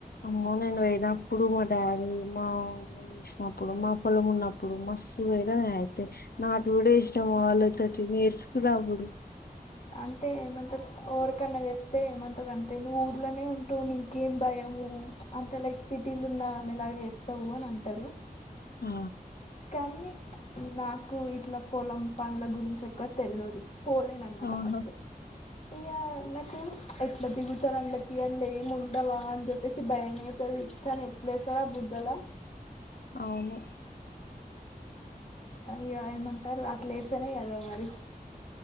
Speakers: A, on the left; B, on the left.
A: అమ్మో నేను పోయినప్పుడు మా డాడీ మా అమ్మ చేసినప్పుడు మా పొలం ఉన్నప్పుడు మస్తు పోయినా నేను అయితే నాటు కూడా ఎశినా వాళ్ళతోటి నేర్చుకున్నప్పుడు
B: అంటే ఏమంటారు ఎరికన్నా చెప్తే ఏమంటారు అంటే నువ్వు ఊర్లోనే ఉంటవు నీకేం భయము అంటే లైక్ సిటీలు ఉన్నమెలాగ చెత్తవ్ అని అంటారు
A: ఆ
B: కానీ నాకు ఇట్లా పొలం పండ్ల గురించి ఎక్కువ తెలియదు పోలే నన్నమాట
A: ఆహా
B: ఫస్ట్ అయ్యా నాకు ఎట్లా దిగుతారు అండ్లకి అండ్ల ఏమి ఉండవా అని చెప్పేసి భయమైతది కని ఎట్లేస్తారా బురుదళ
A: అవును
B: ఇగ ఏమంటారు అట్లేస్తానే కదా మరి